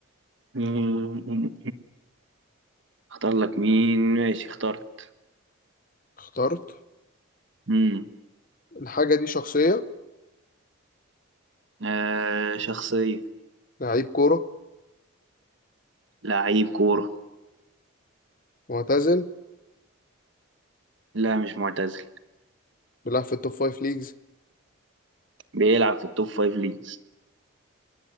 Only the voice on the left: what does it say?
اخترت
الحاجه دي شخصيه
لعيب كوره
معتزل
بيلعب في التوب فايف ليجز